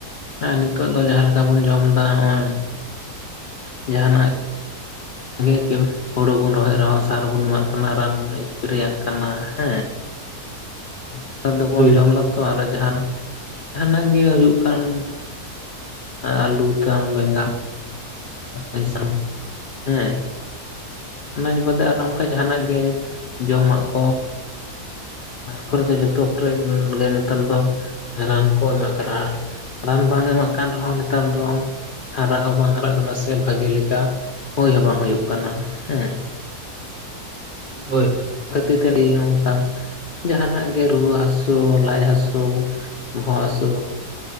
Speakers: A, on the left (about 85°); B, on the right (about 55°).
A: ᱟᱨ ᱱᱤᱛᱚᱜ ᱫᱚ ᱡᱟᱦᱟᱸ ᱞᱮᱠᱟ ᱵᱚᱱ ᱡᱚᱢ ᱮᱫᱟ ᱱᱚᱜ-ᱚᱭ, ᱡᱟᱦᱟᱱᱟᱜ, ᱵᱷᱟᱜᱮ ᱦᱩᱲᱩ ᱵᱚᱱ ᱨᱚᱦᱚᱭ ᱨᱮᱦᱚᱸ ᱥᱟᱨ ᱵᱚᱱ ᱮᱢᱟᱜ ᱠᱟᱱᱟ ᱨᱟᱱ ᱵᱚᱱ ᱮᱥᱯᱨᱮᱭᱟᱜ ᱠᱟᱱᱟ ᱦᱮᱸ ᱱᱮᱛᱟᱨ ᱫᱚᱵᱚᱱ
B: ᱦᱳᱭ
A: ᱡᱚᱢ
B: ᱦᱳᱭ
A: ᱮᱫᱟᱛᱚ ᱟᱨᱚ ᱡᱟᱦᱟᱱᱟᱜ ᱡᱟᱦᱟᱱᱟᱜ ᱜᱮ ᱦᱩᱭᱩᱜ ᱠᱟᱱ, ᱟᱞᱩ ᱫᱟᱢ ᱵᱮᱸᱜᱟᱲ, <inaudible> ᱦᱮᱸ ᱟᱱᱟᱴ ᱵᱟᱫᱮ ᱟᱨᱚ ᱚᱱᱠᱟ ᱡᱚᱦᱱᱟᱜ ᱜᱮ ᱡᱚᱢᱟᱜ ᱠᱚ, ᱠᱚᱨ ᱫᱚ ᱡᱚᱛᱚ ᱠᱚᱨᱮ ᱜᱮ ᱱᱮᱛᱟᱨ ᱫᱚ ᱨᱟᱱ ᱠᱚ ᱮᱢᱟᱜ ᱠᱟᱱᱟ ᱟᱨ ᱨᱟᱱ ᱵᱟᱝ ᱮᱢᱟᱜ ᱠᱟᱱ ᱨᱮᱦᱚᱸ ᱱᱮᱛᱟᱨ ᱫᱚ ᱦᱟᱨᱟ ᱦᱚᱸ ᱵᱟᱝ ᱦᱟᱨᱟᱜ ᱠᱟᱱᱟ ᱥᱮ ᱵᱷᱟᱜᱤ ᱞᱮᱠᱟ ᱦᱩᱭᱳᱭ ᱦᱚᱸ ᱵᱟᱝ ᱦᱩᱭᱩᱜ ᱠᱟᱱᱟ ᱦᱮᱸ,
B: ᱦᱳᱭ,
A: ᱠᱷᱟᱹᱛᱤ ᱴᱟᱺᱰᱤᱭᱤᱜ ᱦᱚᱸ ᱚᱱᱠᱟ ᱡᱟᱦᱟᱱᱟᱜ ᱜᱮ ᱨᱩᱣᱟᱹ ᱦᱟᱹᱥᱩ ᱞᱟᱡ ᱦᱟᱹᱥᱩ ᱵᱚᱦᱚᱜ ᱦᱟᱹᱥᱩ